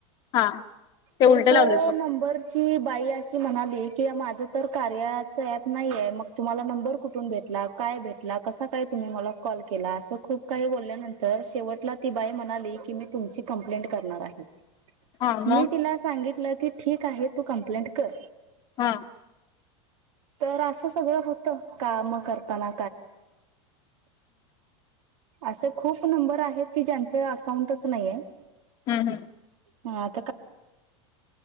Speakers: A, on the left (about 25°); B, on the right (about 90°).
A: हा ते
B: तर
A: उलट लावलेस
B: तो
A: बघ
B: नंबरची बाई अशी म्हणाली. किं माझं तर कार्याचं ऍप नाही आहे मग. तुम्हाला नंबर कुठून भेटला काय भेटला कसा काय तुम्ही मला कॉल केला. खूप काही बोलल्यानंतर. शेवटला ती बाई म्हणाली की मी तुमची कंप्लेंट करणार आहे.
A: हा मग
B: मी तिला सांगितलं की ठीकआहे तू कमप्लेंट कर.
A: हा
B: तर असं. सगळं होत काम करताणा. अस खूप नंबर आहेत की ज्याच. अकाउंटच नाही आहे.
A: हम्म हम्म
B: हा आता काय